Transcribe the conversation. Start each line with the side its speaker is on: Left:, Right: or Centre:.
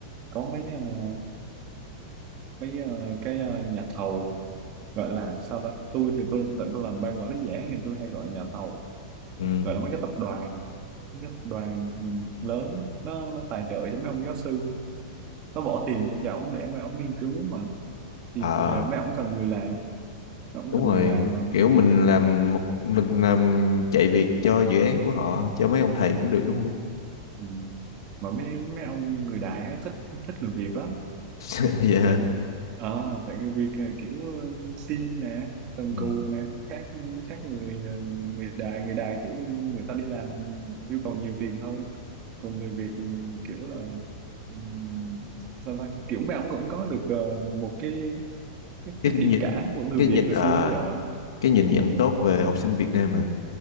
Right: có mấy ờ, mấy ờ, cái ờ, nhà thầu gọi là sao đó tôi thì tôi tự tôi làm ban quản lý dự án thì tôi hay gọi nhà thầu
Left: ừ.
Right: gọi là mấy cái tập đoàn nhất đoàn lớn nó, nó tài trợ cho mấy ông giáo sư nó bỏ tiền vô cho ổng để mà ổng nghiên cứu mà thì
Left: à
Right: mấy ổng cần người làm mấy ổng
Left: đúng
Right: cần
Left: rồi
Right: người làm mà
Left: kiểu mình làm một mình làm chạy việc cho dự án của họ cho mấy ông thầy cũng được đúng không
Right: ừ. mà mấy mấy ông người đại á, thích thích người Việt lắm
Left: <laughs> dạ
Right: tại ờ, tại người Việt là kiểu ờ, siêng nè cần
Left: ừ.
Right: cù nè khác khác người à, người đại người đại kiểu người ta đi làm yêu cầu nhiều tiền hơn còn người Việt ừ, kiểu là ừ, sao ta kiểu mấy ông cũng có được ờ, một cái cái,
Left: cái
Right: cái
Left: nhìn
Right: thiện cảm của người
Left: cái
Right: Việt
Left: nhìn
Right: hồi
Left: à
Right: xưa đến giờ á.
Left: cái nhìn nhận
Right: ừ.
Left: tốt về học sinh Việt Nam à